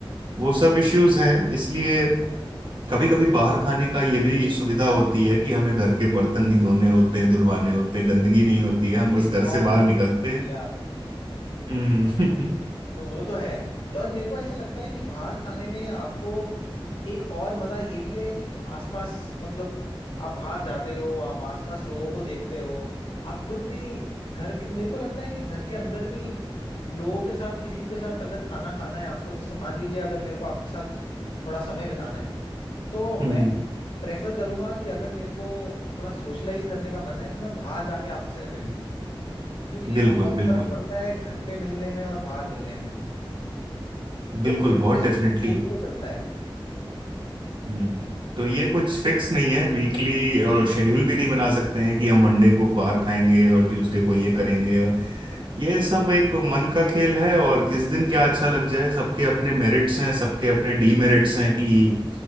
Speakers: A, on the right; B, on the left.
A: वो सब इश्यूज हैं इसलिए कभी कभी बाहर खाने का ये भी सुविधा होती है कि हमें घर के बर्तन नहीं धोने होते हैं धुलवाने होते हैं गंदगी नहीं होती है हम बस
B: ये
A: घर
B: बहुत
A: से बाहर
B: अच्छी
A: निकलते
B: चीज बोली
A: हैं
B: आप
A: हम्म <laughs>
B: तो वो तो है और मेरे को ऐसे लगता है कि बाहर खाने में आपको एक और मजा ये भी है कि आसपास मतलब आप बाहर जाते हो आप आसपास लोगों को देखते हो आप खुद भी घर के मेरे को लगता है कि घर के अंदर भी लोगों के साथ किसी के साथ अगर खाना खाना है आपको जैसे मान लीजिए अगर मेरे को आपके साथ थोड़ा समय बिताना है तो मैं
A: हम्म,
B: प्रेफर करूंगा कि अगर मेरे को थोड़ा सोशलाइज करने का मन है तो मैं बाहर जाके आपसे मिलूं क्योंकि बहुत
A: बिल्कुल बिल्कुल
B: फर्क पड़ता है घर पे मिलने में और बाहर मिलने में तो
A: बिल्कुल
B: मूड
A: बहुत
B: पे सब
A: डेफिनेटली
B: मूड पे चलता है
A: हम्म तो ये कुछ फिक्स नहीं है वीकली और शेड्यूल भी नहीं बना सकते हैं कि हम मंडे को बाहर खाएंगे और ट्यूसडे को ये करेंगे और ये सब एक मन का खेल है और किस दिन क्या अच्छा लग जाए सबके अपने मेरिट्स हैं सबके अपने डीमेरिट्स हैं कि